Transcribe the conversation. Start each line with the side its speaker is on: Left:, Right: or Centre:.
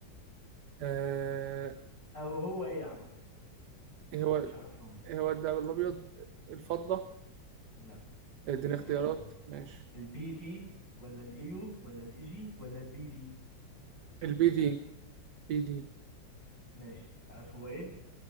Right: آه
Left: او هو ايه يا عم لو
Right: إيه
Left: انت
Right: هو
Left: مش عارف رمزه
Right: إيه هو الدهب الابيض الفضه
Left: اه لا
Right: اديني
Left: هديك
Right: اختيارات
Left: اختيارات
Right: ماشي
Left: البي تي ولا الايو ولا الاي جي ولا البي دي
Right: البي
Left: بي
Right: دي بي دي
Left: ماشي عارف هو ايه